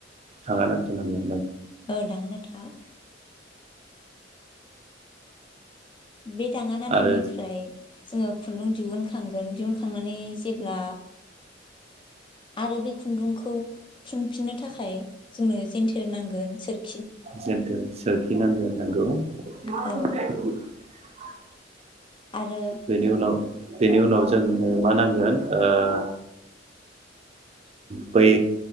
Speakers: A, on the right (about 35°); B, on the left (about 25°).
A: थाङानाथा नांगोन
B: औ दाङानाथा बे दाङानाथा
A: आरो
B: निफ्राय जोङो खुन्दुं दिहुनखांगोन दिहुनखांनानै जेब्ला आरो बे खुन्दुंखौ थुनफिननो थाखाय जोंनो जेनथे नांगोन सोर
A: जेनथेन सोरखिनांगोन नोंगौ। <inaudible>
B: औ आरो
A: बेनि उनाव बेनि उनाव जोंनो मा नांगोन ओह
B: <inaudible>
A: बै